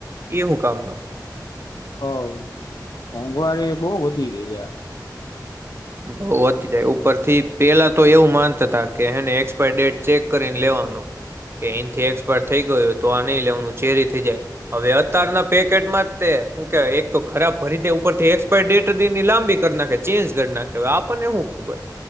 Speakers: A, on the right; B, on the left.
A: એ હું કામનો
B: હ મોંઘવારી બઉ વધી ગઈ છે હારી
A: બઉ અતી જાય ઉપરથી પેલા તો એવું માનતા હતા કે હને એક્સપાયર ડેટ ચેક કરીને લેવાનું કે અહીથી એક્સપાયર થઇ ગયુંય તો આ નહી લેવાનું ચેરી થઇ જાય હવે અત્યારના પેકેટમાં તે હું કેવા એક તો ખરાબ ભરી ઉપરથી એક્સપાયર ડેટ હતીની લાંબી કરી નાખે ચેન્જ કરી નાખે. હવે આપણને હું ખબર.